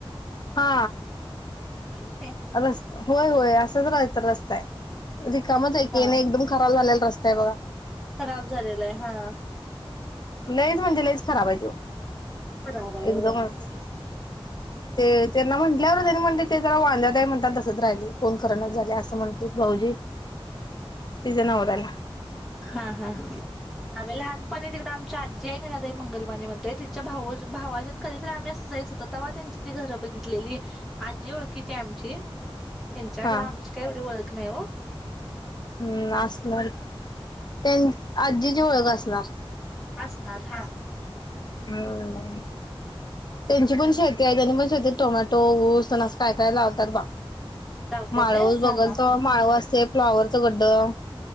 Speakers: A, on the left; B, in the centre.
A: हा
B: होय की नाही
A: रस्त होय होय असंच काय तर रस्ता आहे रिकामच आहे की
B: हा
A: ये एकदम खराब झालेला रस्ता आहे बघा
B: खराब झालेला आहे हा
A: लईच म्हणजे लईच खराब आहे तो
B: खराब आहे
A: एकदमच
B: होय
A: ते त्यांना म्हटल्यावर त्यांनी म्हणल्यवर ते जरा वांद्यात हाय म्हणताना तसच राहिलय कोण करन झालय असं म्हणत्यात भाऊजी तिच्या नवऱ्याला
B: हा हा आम्ही लहानपणी तिकड आमच्या आजी आहे नाई मंगलमाने म्हणतय तिच्या भा भावाच्यात कधीतरी आम् अस जायच होतो तेव्हा त्यांची ती घरं बघितलेली आहे आजी ओळखीची आमची त्यांच्या
A: हा
B: खर आमची काय एवढी ओळख नाही हो
A: हम्म असणार त्यां आजीची ओळख असणार
B: असणार हा
A: हम त्यांची पण शेती आहेत त्यांनी पण शेतीत टोमॅटो ऊसं अस तेन काय काय लावतात बा
B: लावत्यात
A: माळव
B: व्हय
A: बघलच
B: हा हा.
A: माळव असते फ्लावरचं गड्डं